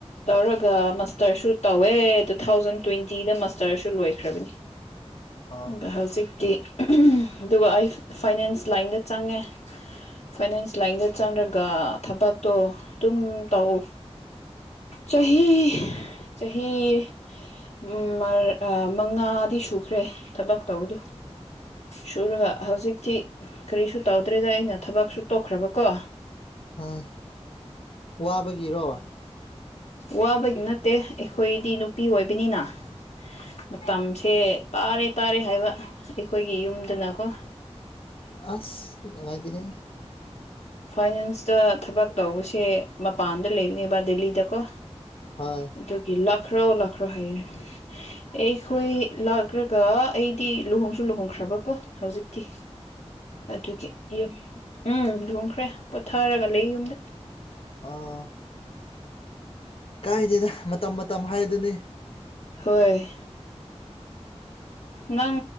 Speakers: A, on the left; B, on the left.
A: ꯇꯧꯔꯒ ꯃꯥꯁꯇꯔꯁꯨ ꯇꯧꯋꯦ ꯇꯨ ꯊꯥꯎꯖꯟ ꯇ꯭ꯋꯦꯟꯇꯤꯗ ꯃꯥꯁ ꯇꯔꯁꯨ ꯂꯣꯏꯈ꯭ꯔꯕꯅꯤ
B: ꯑꯣ
A: ꯑꯗ ꯍꯧꯖꯤꯛꯇꯤ ꯑꯗꯨꯒ ꯑꯩ ꯐꯥꯏꯅꯥꯟꯁ ꯂꯥꯏꯟꯗ ꯆꯪꯉꯦ ꯐꯥꯏꯅꯥꯟꯁ ꯂꯥꯏꯟꯗ ꯆꯪꯔꯒ ꯊꯕꯛꯇꯣ ꯗꯨꯝ ꯇꯧ ꯆꯍꯤ ꯆꯍꯤ ꯎꯝ ꯃꯔ ꯃꯉꯥꯗꯤ ꯁꯨꯈ꯭ꯔꯦ ꯊꯕꯛ ꯇꯧꯕꯗꯨ ꯁꯨꯔꯒ ꯍꯧꯖꯤꯛꯇꯤ ꯀꯔꯤꯁꯨ ꯇꯧꯗ꯭ꯔꯦꯗ ꯑꯩꯅ ꯊꯕꯛꯁꯨ ꯇꯣꯛꯈ꯭ꯔꯕꯀꯣ
B: ꯍꯣꯏ ꯋꯥꯕꯒꯤꯔꯣ
A: ꯋꯥꯕꯒꯤ ꯅꯠꯇꯦ ꯑꯩꯈꯣꯏꯗꯤ ꯅꯨꯄꯤ ꯑꯣꯏꯕꯅꯤꯅ ꯃꯇꯝꯁꯦ ꯇꯥꯔꯦ ꯇꯥꯔꯦ ꯍꯥꯏꯕ ꯑꯩꯈꯣꯏꯒꯤ ꯌꯨꯝꯗꯨꯅꯀꯣ
B: ꯑꯁ ꯅꯨꯡꯉꯥꯏꯇꯦ ꯍꯦ
A: ꯐꯥꯏꯅꯥꯟꯁꯇ ꯊꯕꯛ ꯇꯧꯕꯁꯦ ꯃꯄꯥꯟꯗ ꯂꯩꯕꯅꯦꯕ ꯗꯦꯜꯂꯤꯗ ꯀꯣ
B: ꯑꯥ
A: ꯑꯗꯨꯒꯤ ꯂꯈ꯭ꯔꯣ ꯂꯈ꯭ꯔꯣ ꯍꯥꯏꯔꯦ ꯑꯩꯈꯣꯏ ꯂꯥꯛꯈ꯭ꯔꯒ ꯑꯩꯗꯤ ꯂꯨꯍꯣꯡꯁꯨ ꯂꯨꯍꯣꯡꯈ꯭ꯔꯕꯀꯣ ꯍꯧꯖꯤꯛꯇꯤ
B: <inaudible>
A: ꯑꯗꯨꯒꯤ ꯌꯨꯝ ꯎꯝ ꯂꯨꯍꯣꯡꯈ꯭ꯔꯦ ꯄꯣꯊꯔꯒ ꯂꯩ ꯌꯨꯝꯗ
B: ꯑꯥ ꯀꯥꯏꯗ‌ꯦꯗ ꯃꯇꯝ ꯃꯇꯝ ꯍꯥꯏꯗꯨꯅꯤ
A: ꯍꯣꯏ ꯅꯪ